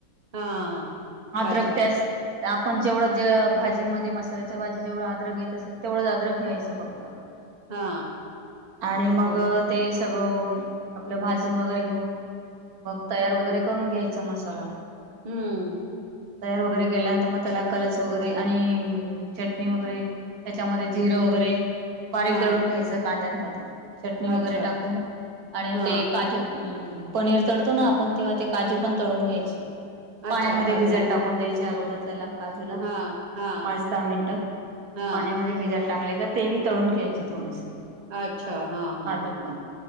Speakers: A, on the right; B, on the right.
A: हा
B: अद्रक
A: अच्छा
B: त्यात आपण जेवढ ज भाजी भाजीमध्ये मसाल्याच्या भाजी जेवढं आद्रक घेत असेल तेवढंच आद्रक घ्यायचं फक्त
A: हा
B: आणि मग
A: बर
B: ते सगळं आपलं भाजून वगैरे घेऊन मग तयार वगैरे करून घ्यायचा मसाला
A: हममम
B: तयार वगैरे केल्यानंतर तर मग त्याला कलर्स वगैरे आणि चटणी वगैरे त्याच्यामध्ये जिरा वगैरे म्हणजे बारीक
A: हा
B: दळून घ्यायचं कांद्यांन मध्ये चटणी वगैरे
A: अच्छा
B: टाकून आणि
A: हा
B: ते काजू हमम पनीर तळतो ना आपण तेव्हा ते काजू पण तळून घ्यायचे पाण्यामध्ये
A: अच्छा काजू
B: भिजायला टाकून द्यायचे अगोदर त्याला काजूला
A: हा हा
B: पाच दहा मिनटं
A: हा
B: पाण्यामध्ये भिजायला टाकले का ते तळून घ्यायचे थोडेसे
A: अच्छा हा हा
B: काजू
A: हा
B: पण
A: हा